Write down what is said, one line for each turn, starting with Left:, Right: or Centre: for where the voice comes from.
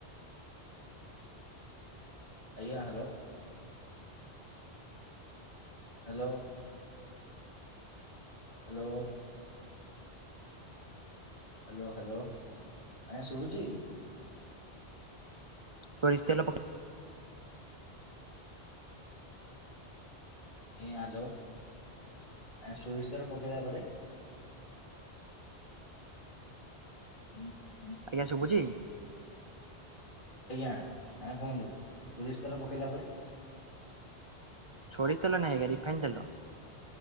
Left: ଆଜ୍ଞା hello hello hello hello hello ଆଜ୍ଞା ଶୁବୁଛି?
Right: ସୋରିଷ ତେଲ ପକେ
Left: ଇ ହ୍ୟାଲୋ ସୋରିଷ ତେଲ ପକେଇଲା ପରେ
Right: <inaudible>
Left: ହୁଁ <inaudible>
Right: ଆଜ୍ଞା ସୁବୁଛି?
Left: ଆଜ୍ଞା ଆ କୁହନ୍ତୁ ସୋରିଷ ତେଲ ପକେଇଲା ପରେ।
Right: ସୋରିଷ ତେଲ ନାହିଁ ଆଜ୍ଞା ରିଫାଇନ୍ ତେଲ।